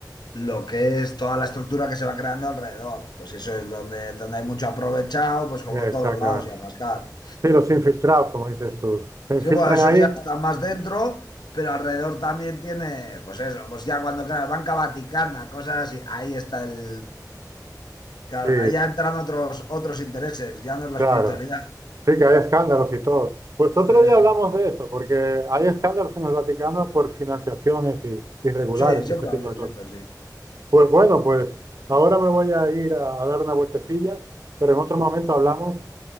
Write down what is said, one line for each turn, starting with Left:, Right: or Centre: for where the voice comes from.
Left: lo que es toda la estructura que se va creando alrededor, pues eso es donde, donde hay mucho aprovechado, pues como
Right: yeah,
Left: en
Right: exactamente.
Left: todos los lados y a rascar.
Right: Sí, los infiltrados, como dices tú, se infiltran
Left: Sí, bueno, eso
Right: ahí,
Left: ya está más dentro, pero alrededor también tienes, pues eso, pues ya cuando creas Banca Vaticana, cosas así, ahí está el, claro,
Right: sí,
Left: ahí ya entran otros, otros intereses, ya no es la
Right: claro.
Left: espiritualidad.
Right: Sí, que hay escándalos y todo. Pues otro
Left: Eso.
Right: día hablamos de eso, porque hay escándalos en el Vaticano por financiaciones y- irregulares
Left: Sí, siempre
Right: y ese tipo
Left: ha habido,
Right: de cosas.
Left: siempre, sí.
Right: Pues bueno, pues ahora me voy a ir a, a dar una vueltecilla, pero en otro momento hablamos